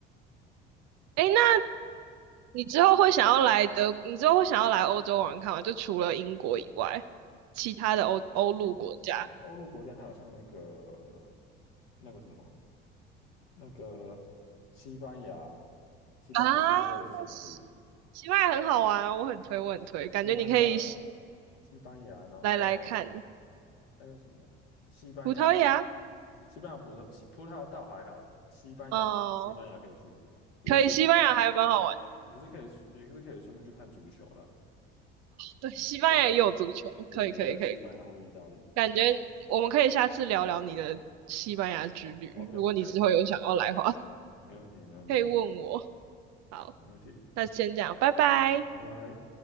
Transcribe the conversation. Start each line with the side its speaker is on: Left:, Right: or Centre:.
Right: 诶，那你之后会想要来德，你之后会想要来欧洲玩看吗？就除了英国以外，其他的欧欧陆国家
Left: 哎，其实其实欧陆国家还有像那个那个什么那个西班牙，西班牙其实我也是想去，
Right: 啊，西西班牙很好玩啊我很推，我很推，感觉你可以
Left: 西班牙，西班牙，然后
Right: 来来看
Left: 还有什么？西班牙吧，
Right: 葡萄牙，
Left: 西班牙葡萄，西葡萄倒还好，西班牙，
Right: 哦、
Left: 西班牙可以去，也是
Right: 可以，西班牙还蛮好玩
Left: 也是可以，也是可以顺便去看足球啦，
Right: 的，对，西班牙也有足球，
Left: 对吧？对对对，
Right: 可以，可以，可以，
Left: 西班牙或意大利。
Right: 感觉我们可以下次聊聊你的西班牙之旅，
Left: 哦，OK
Right: 如果你之后有想要来的话，
Left: OK，没问题没问题
Right: 可以问我。好，
Left: 没问题，
Right: 那先这样，拜拜。
Left: 好，拜拜。